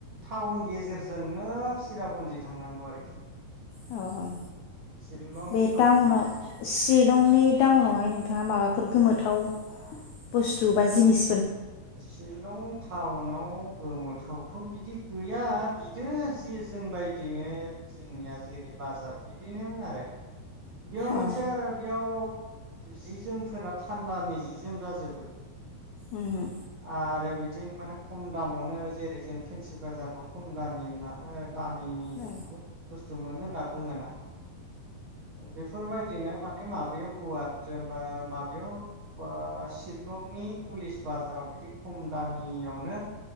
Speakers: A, on the right; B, on the left.
A: टाउन गेजेरजोंनो चिराबन्जि थांनांगौ आरोखि।
B: अ अ।
A: शिलं
B: बे
A: टाउन
B: टाउनाव
A: गेजेरजों
B: शिलंनि टाउनावहाय नोंथाङा माबाफोर गोमोथाव बुस्थु बा जिनिस
A: शिलं टाउन नाव गोमोथावथ' बिदि गैया बिद जे जोंबायदिनो जोंनिया जेरै बाजार बिदिनो आरो। बेयाव
B: अ
A: मोनसे आरो बेयाव जि जोमफोरा थान्दानि जि जोम जाजोबो।
B: उम।
A: आरो बिथिं माने खम दामावनो जेरै जों फेन्सि बाजारखौ खम दामि होन्ना ओ दामिनि
B: औ
A: बहुत बुस्थु थु मोनो होन्ना बुङोना बेफोरबायदिनो माने माबायाव गुवाटबा माबायाव बा शिलंनि पुलिस बाजाराव बिदि खम दामियावनो